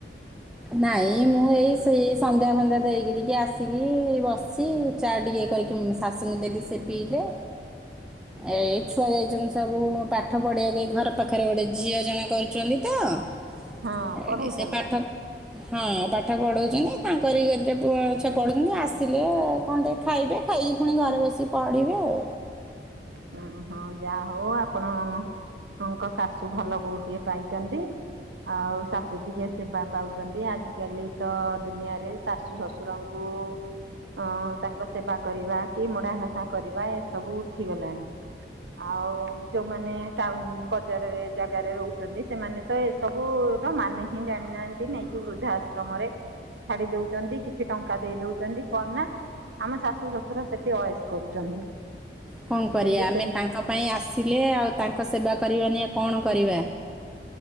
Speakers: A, in the centre; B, on the right.
A: ନାଇଁ ମୁଁ ଏଇ ସେଇ ସନ୍ଧ୍ୟା ସନ୍ଧ୍ୟା ଦେଇକି ଟିକେ ଆସିକି ବସି ଚା ଟିକେ କରିକି ଶାଶୁଙ୍କୁ ଦେଲି ସେ ପିଇଲେ
B: ହ <inaudible>
A: ଏଇ ଛୁଆ ଯାଇଛନ୍ତି ସବୁ ପା ପାଠ ପଢ଼ିବାକୁ ଘର ପାଖରେ ଗୋଟେ ଝିଅ ଜଣେ କରୁଛନ୍ତି ତ
B: ହଁ ପଢଉଛନ୍ତି
A: ସେ ପାଠ ହଁ ପାଠ ପଢଉଛନ୍ତି ତାଙ୍କରି <unintelligible> ପଢୁଛନ୍ତି ଆସିଲେ କଣ ଟିକେ ଖାଇବେ। ଖାଇକି ପୁଣି ଘରେ ବସି ପଢିବେ ଆଉ
B: ହ <inaudible> ଓ ହଁ ଯାହା ହଉ ଆପଣଙ୍କ ଶାଶୁ ଭଲ ବୋହୂଟିଏ ପାଇଛନ୍ତି। ଆଉ ଶାଶୁ ଟିକେ ସେବା ପାଉଛନ୍ତି ଆଜିକାଲି ତ ଦୁନିଆରେ ଶାଶୁ ଶ୍ୱଶୁରଙ୍କୁ ଅଁ ତାଙ୍କ ସେବା କରିବା କି ମୋଡା ଘସା କରିବା ଏସବୁ ଉଠିଗଲାଣି ହ <inaudible> ଆଉ ଯୋଉମାନେ ଟାଉନ ବଜାରରେ ଜାଗାରେ ରହୁଛନ୍ତି ସେମାନେ ତ ଏସବୁ ମାନେ ହିଁ ଜାଣିନାହାନ୍ତି ନେଇକି ବୃଦ୍ଧା ଆଶ୍ରମରେ ଛାଡି ଦଉଛନ୍ତି କିଛି ଟଙ୍କା ଦେଇ ଦଉଛନ୍ତି କଣ ନା ଆମ ଶାଶୁ ଶ୍ୱଶୁର ସେଠି ଅଏସ୍ କରୁଛନ୍ତି।
A: କଣ କରିବା
B: କିନ୍ତୁ
A: ଆମେ
B: ସେ
A: ତାଙ୍କ ପାଇଁ ଆସିଲେ ଆଉ ତାଙ୍କ ସେବା କରିବା ନିି କଣ କରିବା